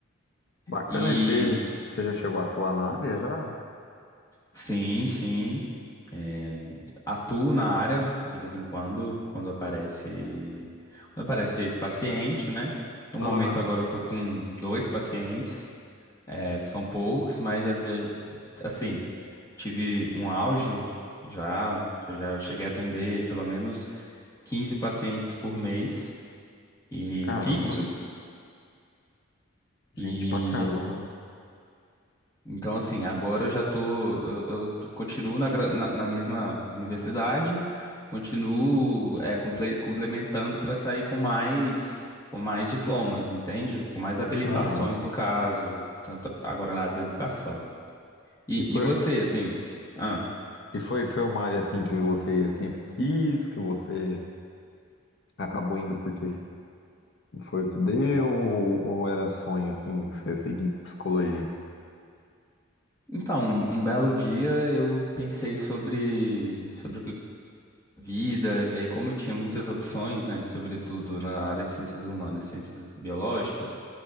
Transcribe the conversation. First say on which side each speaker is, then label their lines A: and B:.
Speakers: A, on the left; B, on the left.
A: Bacana,
B: E
A: e você, você já chegou a atuar na área já?
B: sim, sim, é, atuo na área de vez em quando, quando aparece, quando aparece paciente, né? No
A: Aham,
B: momento agora eu estou com dois pacientes, é, são poucos, mas já, já- assim, tive um auge já, já cheguei a atender pelo menos 15 pacientes por mês e
A: Caramba,
B: fixos.
A: gente
B: E
A: pra caramba.
B: Então, assim, agora eu já tô. Eu, eu t- continuo na, gra- na, na mesma universidade, continuo é, comple- complementando para sair com mais, com mais diplomas, entende? Com mais habilitações,
A: Aham.
B: no caso, tanto agora na área da educação. E,
A: E foi,
B: e você, assim. Ah,
A: e foi, foi uma área assim que você sempre quis, que você acabou indo porque foi o que deu, ou, ou era sonho assim, você seguir com psicologia?
B: então, um, um belo dia eu pensei sobre, sobre o que vida, e aí, como eu tinha muitas opções, né, sobretudo na área de ciências humanas, ciências biológicas.